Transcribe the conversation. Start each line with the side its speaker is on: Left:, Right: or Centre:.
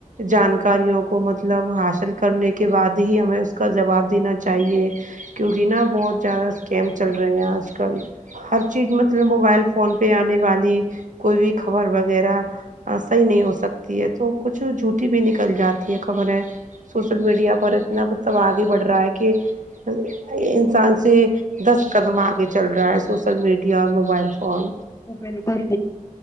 Right: جانکاریوں کو مطلب حاصل کرنے کے بعد ہی ہمیں اس کا جواب دینا چاہیے کیونکہ نا بہت زیادہ اسکم چل رہے ہیں آج کل ہر چیز مطلب موبائل فون پہ آنے والی کوئی بھی خبر وغیرہ صحیح نہیں ہو سک تی ہے تو کچھ جھوٹی بھی نکل جاتی ہے خبریں سوشل میڈیا پر اتنا مط لب آگے بڑھ رہا ہے کہ ا انسان سے دس قدم آگے چل رہا ہے سوشل میڈیا اور موبائل فون
Left: <unintelligible> آج کل